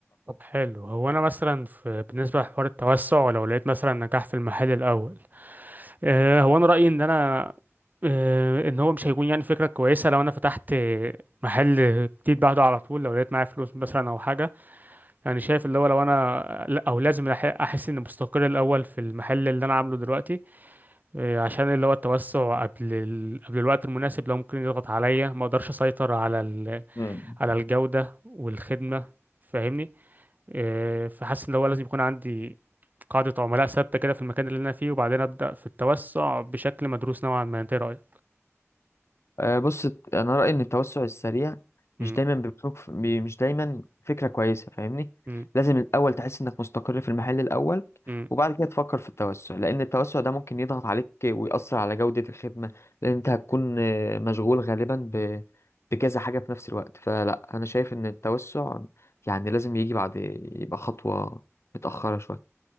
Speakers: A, on the right (about 35°); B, on the left (about 60°).
A: طب حلو هو انا مثلا في بالنسبه لحوار التوسع لو لقيت مثلا نجاح في المحل الاول آه، هو انا رايي ان انا آه، ان هو مش هيكون يعني فكره كويسه لو انا فتحت آه، محل جديد بعده على طول لو لقيت معايا فلوس مثلا او حاجه يعني شايف اللي هو لو انا لا، او لازم أح- احس اني مستقر الاول في المحل اللي انا عامله دلوقتي آه، عشان اللي هو التوسع قبل ال... قبل الوقت المناسب لو ممكن يضغط عليا ما اقدرش اسيطر على ال...
B: أكتر
A: على الجوده والخدمه فاهمني إيه، فحاسس ان هو لازم يكون عندي قاعدة عملاء ثابتة كده في المكان اللي انا فيه وبعدين ابدأ في التوسع بشكل مدروس نوعا ما انت إيه رأيك؟
B: آه، بص انا رايي ان التوسع السريع
A: مم،
B: مش دايما بيبقى- بي- مش دايما فكره كويسه فاهمني
A: مم،
B: لازم الاول تحس انك مستقر في المحل الاول
A: مم.
B: وبعد كده تفكر في التوسع لان التوسع ده ممكن يضغط عليك ويأثر على جوده الخدمه لان انت هتكون آه، مشغول غالبا ب... بكذا حاجه في نفس الوقت فلا انا شايف ان التوسع يعني لازم يجي بعد يبقى خطوه متاخره شويه